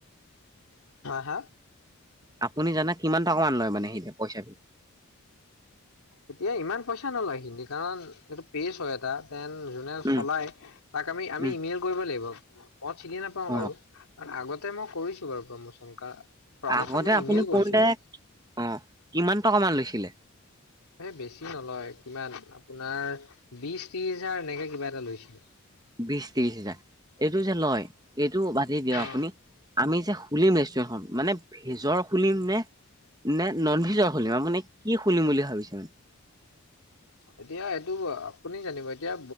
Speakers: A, on the left; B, on the right.
A: হা <unintelligible>
B: আপুনি জানে কিমান টকামান লয় মানে সেই পইচাটো
A: এতিয়া ইমান পইচা নলয় হিন্দী কাৰণ এইটো পেজ হয় এটা দেন যোনে
B: উম
A: চলাই তাক আমি আমি
B: উম
A: ইমেইল কৰিব লাগিব। মই চিনি নাপাও
B: অ
A: বাৰু কাৰ আগতে মই কৰিছো বাৰু প্ৰমোচন কাৰ প্ৰমোচন
B: আগতে
A: মই
B: আপুনি
A: ইমেইল
B: কোনতে
A: কৰিছিলো
B: অ কিমান টকামান লৈছিলে
A: এই বেছি নলয় কিমান আপোনাৰ বিশ ত্ৰিশ হাজাৰ এনেকে কিবা এটা লৈছিলে।
B: বিশছ ত্ৰিশ হোজাৰ। এইটো যে লয় এইটো বাজতি দিয়ক
A: উম
B: আপুনি আমি যে খুলিম ৰেষ্টুৰেণ্টখন মানে ভেজৰ খুলিম নে নে নন ভেজৰ খুলিম আৰু মানে কি খুলিম বুলি ভাবিছে মানে। <unintelligible>
A: এতিয়া এইটো আপুনি জানিব এতিয়া